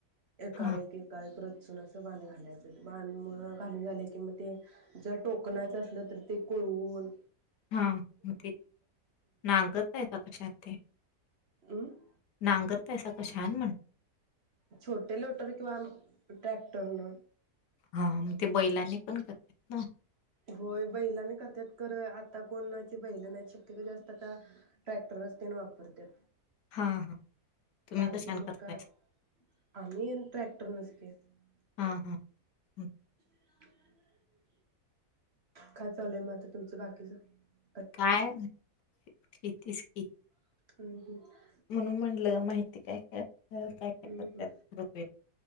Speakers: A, on the right; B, on the left.
A: एकावर
B: हां,
A: एक एकावरव एक रच असं बांध घालायचं बांध घालून झाले कि म ते जर टोकणाचं असलं तर ते कोळवून
B: हा ते नांगरता का कशात ते
A: हम्म
B: नांगरत्यासा कसा छान म्हण
A: छोटे लोटर किंवा ट्रॅक्टरन
B: हा मग ते बैलांनी पण करत्यात ना
A: होय बैलानी करत्यात कर आता कोणाची बैल नाहीत शक्यतो जास्त आता ट्रॅक्टरच त्येंन वापरत्या
B: हां, हां. तुम्ही
A: बाकी
B: कशानं
A: मंग
B: करतायसा?
A: काय आमही ट्रॅक्टर पटर्न स्पेस <unintelligible>
B: हा हा हम्
A: <inaudible> काय चालू हाय मग आता तुमच बाकी तुझ
B: काय कितीच क
A: ह ह
B: म्हणून म्हणलं माहिती काय काय काय काय
A: ह
B: करतात
A: ह
B: बघूया.